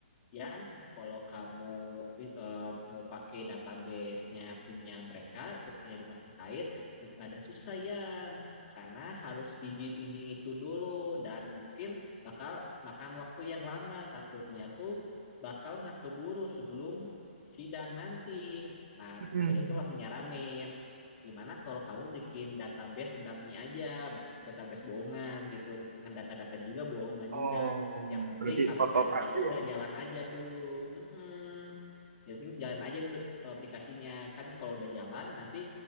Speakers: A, on the left; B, on the right.
A: Yan, kalau kamu eh, mau pakai database-nya punya mereka, punya dinas terkait, rada susah ya. Karena harus izin ini itu dulu dan mungkin bakal makan waktu yang lama. Takutnya tuh bakal nggak keburu sebelum sidang nanti. Nah,
B: <laughs>
A: dosennya
B: Hmm.
A: itu langsung nyaranin, Gimana kalau kamu bikin database dummy aja, database bohongan gitu, dengan data-data juga bohongan
B: Oh,
A: juga. Yang penting
B: berarti
A: aplikasinya
B: foto file
A: tuh udah
B: ya.
A: jalan aja dulu. Mm-mm. Yang penting jalan aja dulu aplikasinya. Kan kalau udah jalan nanti